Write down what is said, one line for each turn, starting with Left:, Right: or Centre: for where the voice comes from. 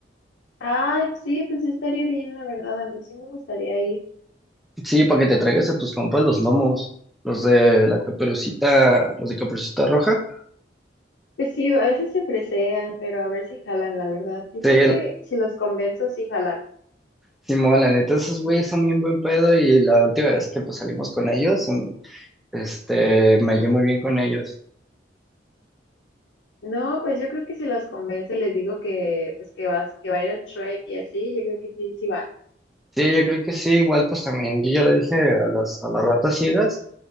Left: Ah, sí, pues sí estaría bien, la verdad. A mí sí me gustaría ir.
Centre: Sí, para que te traigas a tus compas los gnomos, los de la caperucita, los de Caperucita Roja.
Left: Pues sí, a veces se presean, pero a ver si jalan, la verdad. Yo
Centre: Sí,
Left: creo
Centre: el-
Left: que si los convenzo, sí jalan.
Centre: Simón, la neta, esos güeyes son bien buen pedo y la última vez que pues salimos con ellos, mm, este, me hallé muy bien con ellos.
Left: No, pues yo creo que si los convenzo y les digo que, pues que vas, que va a ir al Trek y así, yo creo que sí, sí van.
Centre: Sí, yo creo que sí, igual pues también, yo ya le dije a las, a las ratas ciegas.